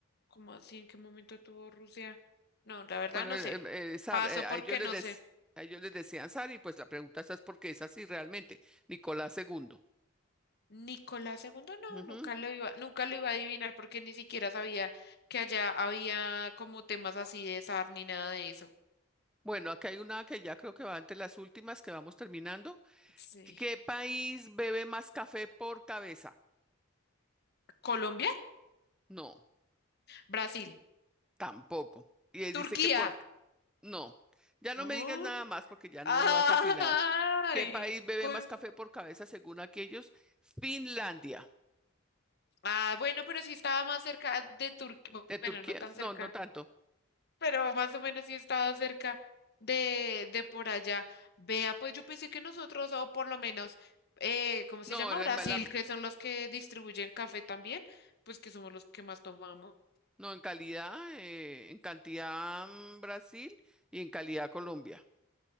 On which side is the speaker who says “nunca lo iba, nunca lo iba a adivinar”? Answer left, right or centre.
Left